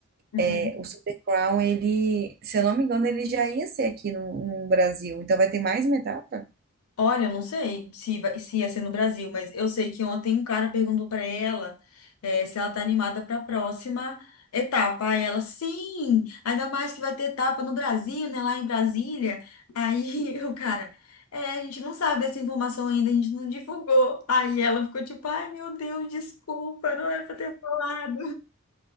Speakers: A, on the left; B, on the right.
A: Uhum.
B: É, o Super Crown, ele, se eu não me engano, ele já ia ser aqui no, no Brasil. Então vai ter mais uma etapa?
A: Olha, eu não sei se, vai- se ia ser no Brasil, mas eu sei que ontem um cara perguntou para ela, eh, se ela tá animada para a próxima etapa. Aí ela, sim, ainda mais que vai ter etapa no Brasil, né, lá em Brasília. Aí <laughs> o cara, é, a gente não sabe dessa informação ainda, a gente não divulgou. Aí ela ficou tipo, ai meu Deus, desculpa, não era para ter falado.